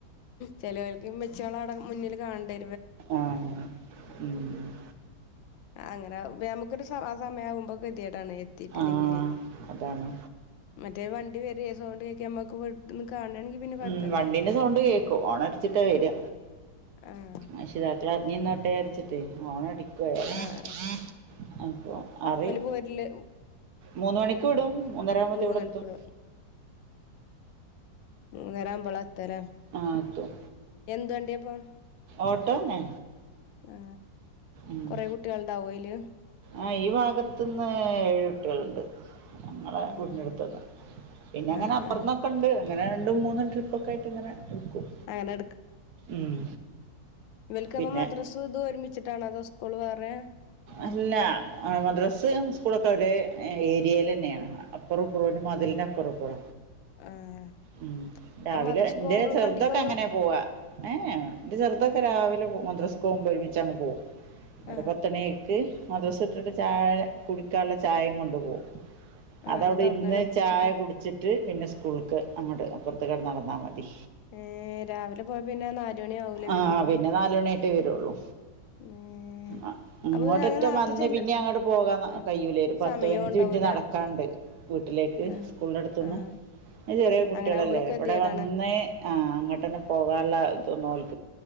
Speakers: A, on the left (about 85°); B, on the right (about 65°).
A: ചെലോൽക്ക് ഇമ്മച്ച്യളഅവ്ടെ മുന്നില് കാണണ്ടേ
B: ആഹ് ഉം.
A: അങ്ങനെ ആവു നമുക്കൊരു സ ആ സമയവുമ്പോകെത്യാടാണെ എത്തിട്ടില്ലെങ്കിലേ.
B: ആ അതാണ്
A: മറ്റേ വണ്ടി വരെ സൗണ്ടേക്കെ അമ്മക്ക് വീട്ട്ന്ന് കാണാണെങ്കി പിന്നെ കൊഴപ്പല്ല
B: ഉം വണ്ടിന്റെ സൗണ്ട് കേക്കും ഓണ ച്ചിട്ടാ വര്യ.
A: ആഹ്
B: രക്ഷിതാക്കൾ എർങ്ങിന്നോട്ടെ ര്ച്ച്ട്ടെ ഓണടി <unintelligible>
A: ആഹ്
B: അപ്പൊ അറിം.
A: പെര്ല ഹു
B: മൂന്ന് മണിക്ക് വിടും മൂന്നര ആവുമ്പോത്തിനു
A: മൂന്നണിക്കൂർ
B: ഇവടെത്തും
A: മൂന്നേര ആവുമ്പോള എത്ത്ലെ
B: ആ എത്തും
A: എന്ത് വണ്ടിപ്പൊ
B: ഓട്ടോ തന്നെ
A: ആ
B: ഉം.
A: കൊറെ കുട്ടികൾ ഉണ്ടാവു അയ്ല്
B: ആ ഈ ഭാഗത്തുന്ന് ഏഴുട്ടിളുണ്ട് ഞങ്ങളെ
A: ആഹ്
B: വീടിനടുത്ത്ന്ന് പിന്നെ അങ്ങനെ
A: ആഹ്
B: അപ്പുറന്നൊക്കെണ്ട്
A: ആഹ്
B: അങ്ങനെ രണ്ടും മൂന്നും ട്രിപ്പൊക്കെയായിട് ടിങ്ങനെ എടുക്കും
A: അങ്ങനെ
B: ഉം
A: ഇവലക്ക്അപ്പൊ
B: പിന്നെ
A: മദ്രസ് ഇത് ഒരുമിച്ചിട്ടാണോ അതോ സ്കൂൾ വേറെ?
B: അല്ല മദ്രാസ് സ്കൂളൊക്കെ ഒരേ ഏരിയൽ തന്നെയാണ് അപ്പുറ ഇപ്പറോ ഒരു മതിലിന്റെ അപ്പുറ ഇപ്പറ.
A: ആഹ്
B: ഉം രാവിലെ
A: അപ്പ മദ്രസ്ക്ക്
B: എന്റെ
A: പോകുമ്പളും
B: ചെറുതൊക്കെ
A: വണ്ടിക്കാ
B: അങ്ങനെ പോവാ. ങ്ങേ എന്റെ ചെറുതൊക്കെ
A: ഉം
B: രാവിലെപോ മദ്രസ് പോകുമ്പോരുമിച്ചാണ് പോവും.
A: ആ
B: ത്തണിക്ക് മദ്രസ വിട്ടിട്ട് ചായ കുടിക്കാനുള്ള ചായയും കൊണ്ടുപോകും.
A: ആഹ്
B: അതവിടെ
A: എന്നിട്ട് അവിടന്നന്നെ
B: ഇരുന്ന്
A: കുടിച്ചിട്ട്
B: ചായ കുടി വച്ചിട്ട് പിന്നെ സ്കൂള്ക്ക് അങ്ങോട്ട് അപ്പുറത്ത്കടന്ന നടന്നാ മതി.
A: ഏഹ് രാവിലെ പോയ പിന്നെ നാല് മണി ആവൂലേ
B: ആഹ്
A: വരുമ്പോ
B: പിന്നെ നാലുമണിയായിട്ടേ വരുള്ളൂ.
A: ഏഹ്
B: ആ. ഇങ്ങോട്ടൊറ്റം
A: അപ്പൊ അങ്ങനെ നേരത്തെ
B: വന്ന്പിന്നെ
A: ചെല്ല
B: അങ്ങോട്ട് പോകാകഴയൂലേ
A: ആഹ്
B: ഒരു പത്ത്
A: സമയോം
B: പതിനഞ്ച്
A: ഉണ്ടാവൂല
B: മിനിറ്റ് നടക്കാണ്ട്. വീട്ടിലേക്ക്
A: ആഹ്
B: സ്കൂളിന്റെടുത്തുന്ന്
A: ആഹ്
B: ചെറിയ കുട്ടികളല്ലേ
A: അങ്ങനെ ആവുമ്പളും ഗതികേടാണ്
B: ഇവിടെ വന്ന് ഏ ആ അങ്ങോട്ട്ന്നെ പോകാനുള്ള ഇതന്നോൽക്ക്